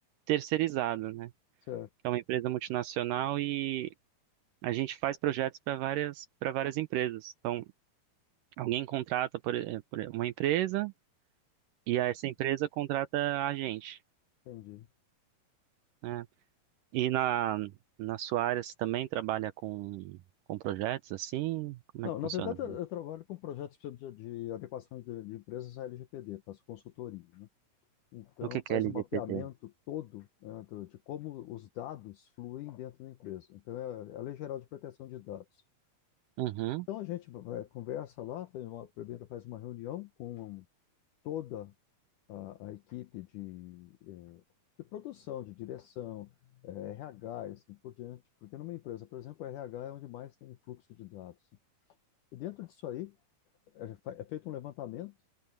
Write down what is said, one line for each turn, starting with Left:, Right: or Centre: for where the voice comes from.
Right: terceirizada, né?
Left: Certo,
Right: Que é uma empresa multinacional e a gente faz projetos para várias, para várias empresas. Então, alguém contrata por, eh, por uma empresa e essa empresa contrata a gente.
Left: entendi.
Right: né? E na, na sua área você também trabalha com, com projetos assim? Como
Left: Não,
Right: é que
Left: na
Right: funciona?
Left: verdade, eu eu trabalho com projetos por exemplo, de, de adequações de, de empresas à LGPD, faço consultoria, né? Então,
Right: O que que
Left: faz
Right: é LGPD?
Left: um mapeamento todo, né, do- de como os dados fluem dentro da empresa. Então, é a Lei Geral de Proteção de Dados.
Right: Uhum,
Left: Então, a gente eh, conversa lá, faz uma- primeiro faz uma reunião com toda a, a equipe de, eh, de produção, de direção, eh, RH e assim por diante. Porque numa empresa, por exemplo, o RH é onde mais tem fluxo de dados. E dentro disso aí, é, é feito um levantamento